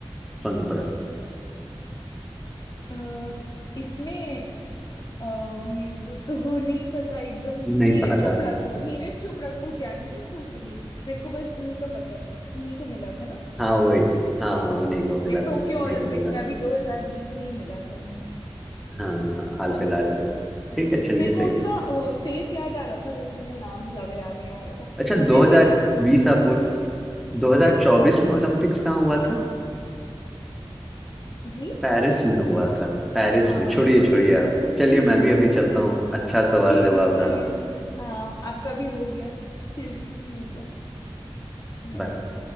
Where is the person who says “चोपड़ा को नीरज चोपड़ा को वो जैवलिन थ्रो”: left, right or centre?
Left